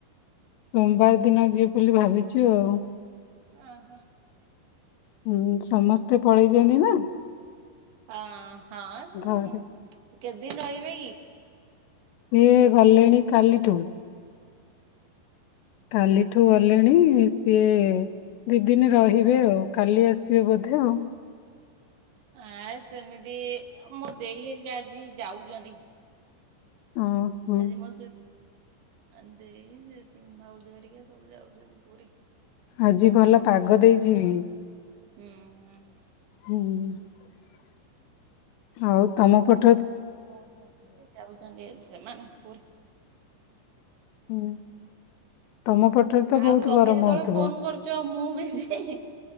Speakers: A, on the left; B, on the right.
A: ସୋମବାର ଦିନ ଯିବ ବୋଲି ଭାବିଚୁ ଆଉ।
B: ଓ ହୋ।
A: ହୁଁ, ସମସ୍ତେ ପଳେଇଚନ୍ତି ନା।
B: ହଁ, ହଁ
A: ଘରେ
B: କେତ୍ ଦିନ ରହିବେ କି?
A: ସିଏ ଗଲେଣି କାଲିଠୁ। କାଲିଠୁ ଗଲେଣି। ସିଏ ଦି ଦିନ ରହିବେ ଆଉ। କାଲି ଆସିବେ ବୋଧେ ଆଉ।
B: ଆଁ ସେମିତି ମୁଁ ଦେଇ ହେଇକା ଆଜି ଯାଉଚନ୍ତି।
A: ଓହୋ
B: ହେଲେ ମ ସେ ଆ ଦେଇ ସେ ଭାଉଜ ହରିକା ସବୁ ଯାଉଚନ୍ତି ପୁରୀ।
A: ଆଜି ଭଲ ପାଗ ଦେଇଚିବି।
B: ହୁଁ, ହୁଁ।
A: ହୁଁ। ଆଉ ତମ ପଟ୍
B: ସେ <unintelligible> ଯାଉଚନ୍ତି ସେମାନେ ପୁ
A: ହୁଁ। ତମ ପଟରେ ତ
B: ଆଉ
A: ବହୁତ
B: ତମେ
A: ଗରମ
B: ଯେତେବେଳେ
A: ହଉଥିବ
B: ଫୋନ କରୁଚ, ମୁଁ ବି ସେଇ,